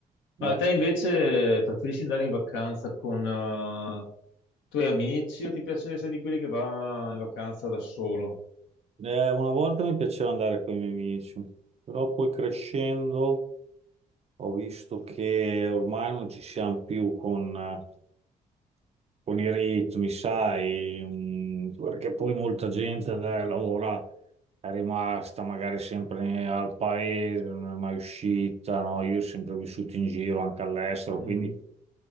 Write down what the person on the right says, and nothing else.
da-
eh, una volta mi piaceva andare con i miei amici, però poi crescendo. Ho visto che ormai non ci siamo più con, eh, con i ritmi, sai, mm, perché poi molta gente eh, lavora, è rimasta magari sempre al paese, non è mai uscita, no? Io ho sempre vissuto in giro anche all'estero,
quindi